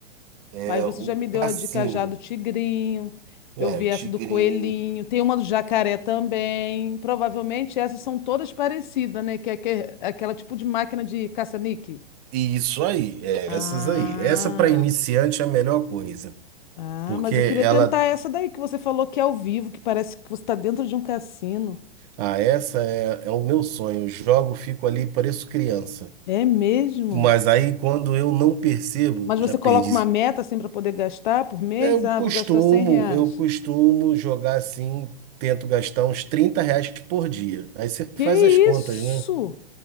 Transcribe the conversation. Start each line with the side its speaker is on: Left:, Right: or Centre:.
Right: É
Left: Mas você
Right: o
Left: já me deu
Right: Cassino.
Left: a dica já do tigrinho.
Right: É,
Left: Eu vi
Right: o Tigrinho.
Left: essa do coelhinho. Tem uma do jacaré também. Provavelmente essas são todas parecidas, né? Que é aque- aquela tipo de máquina de caça-níquel.
Right: E Isso aí, é,
Left: Ah.
Right: essas aí. Essa para iniciante é a melhor coisa.
Left: Ah,
Right: Porque
Left: mas eu queria
Right: ela.
Left: tentar essa daí que você falou que é ao vivo, que parece que você está dentro de um cassino.
Right: Ah, essa é, é o meu sonho. Jogo, fico ali, pareço criança.
Left: É mesmo?
Right: Mas aí, quando eu não percebo,
Left: Mas
Right: já
Left: você
Right: perdi.
Left: coloca uma meta assim para poder gastar por mês?
Right: Eu
Left: Ah,
Right: costumo,
Left: vou gastar cem reais.
Right: eu costumo jogar assim, tento gastar uns 30 reais por dia. Aí você
Left: Que
Right: faz as contas,
Left: isso?
Right: né?